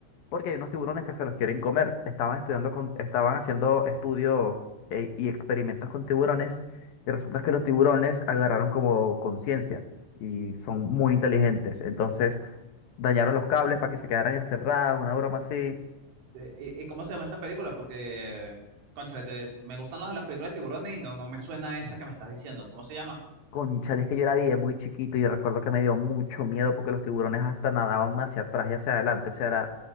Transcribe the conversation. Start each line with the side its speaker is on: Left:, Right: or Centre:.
Left: Porque hay unos tiburones que se los quieren comer. Estaban estudiando con, estaban haciendo estudios eh, y experimentos con tiburones y resulta que los tiburones agarraron como conciencia y son muy inteligentes. Entonces dañaron los cables para que se quedaran encerrados, una broma así.
Right: Sí, ¿Y, y cómo se llama esta película? Porque, cónchale, te- me gustan las de las películas de tiburones y no, no me suena esa que me estás diciendo. ¿Cómo se llama?
Left: Cónchale, es que yo la vi de muy chiquito y recuerdo que me dio mucho miedo porque los tiburones hasta nadaban hacia atrás y hacia adelante. O sea, era,